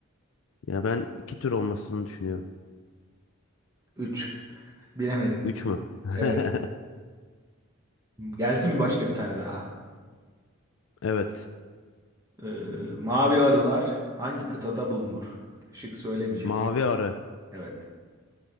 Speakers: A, on the left; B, on the right.
A: Ya ben iki tür olmasını düşünüyorum.
B: 3. Bilemedin.
A: Üç mü? <laughs>
B: Evet. Gelsin mi başka bir tane daha?
A: Evet.
B: Ee, mavi arılar hangi kıtada bulunur? Şık söylemeyeceğim.
A: Mavi arı.
B: Evet.